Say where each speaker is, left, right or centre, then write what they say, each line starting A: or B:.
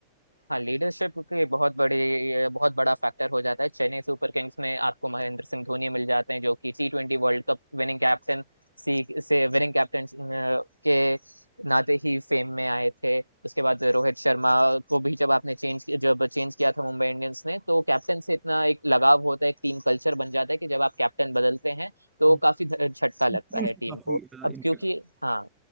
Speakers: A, on the right; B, on the right.
A: हाँ लीडरशिप के बहुत बड़े ये बहुत बड़ा फैक्टर हो जाता है चेन्नई सुपर किंग्स में आपको महेंद्र सिंह धोनी मिल जाते हैं जो कि टी ट्वेंटी वर्ल्ड कप विनिंग कैप्टन सी से विनिंग कैप्टन के नाते ही फेम में आए थे उसके बाद रोहित शर्मा को भी जब आपने चेंज जब चेंज किया था मुंबई इंडियंस ने तो कैप्टन से इतना एक लगाव होता है एक टीम कल्चर बन जाता है कि जब आप कैप्टन बदलते हैं तो
B: हम्म।
A: काफी ध- झटका लगता
B: Confidence
A: है टीम
B: पे काफी
A: को अब
B: इम्पैक्ट
A: क्योंकि हाँ